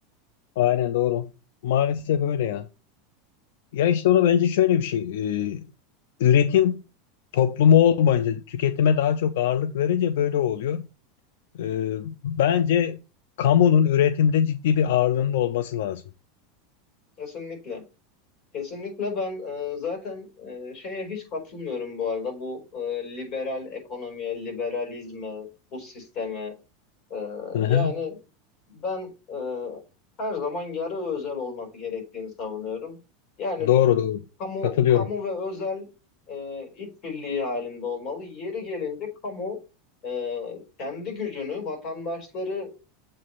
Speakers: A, on the left; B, on the left.
A: Aynen doğru. Maalesef öyle ya. Ya işte o da bence şöyle bir şey. e, üretim toplumu olmayınca, tüketime daha çok ağırlık verince böyle oluyor. E, bence kamunun üretimde ciddi bir ağırlığının olması lazım.
B: Kesinlikle. Kesinlikle ben e, zaten e, şeye hiç katılmıyorum bu arada. Bu e, liberal ekonomiye, liberalizme, bu sisteme. E,
A: Hı
B: yani
A: hı.
B: Ben e, her zaman yarı özel olması gerektiğini savunuyorum. Yani
A: Doğru doğru.
B: kamu
A: Katılıyorum.
B: kamu ve özel e, işbirliği halinde olmalı. Yeri gelince kamu e, kendi gücünü vatandaşları